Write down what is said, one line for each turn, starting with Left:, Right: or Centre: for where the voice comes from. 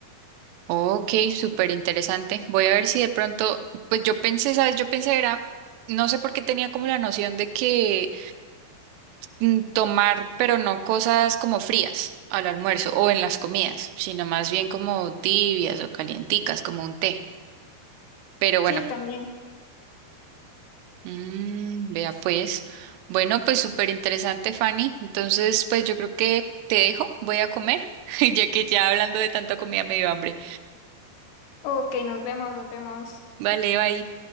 Right: Ok, súper interesante. Voy a ver si de pronto, pues yo pensé, ¿sabes? Yo pensé era, no sé por qué tenía como la noción de que mm, tomar, pero no cosas como frías al almuerzo o en las comidas, sino más bien como tibias o calienticas, como un té. Pero bueno.
Left: Sí, también.
Right: Mm, vea pues. Bueno, pues súper interesante, Fanny. Entonces, pues yo creo que te dejo, voy a comer, <laughs> ya que ya hablando de tanta comida me dio hambre.
Left: Ok, nos vemos, nos vemos.
Right: Vale, bye.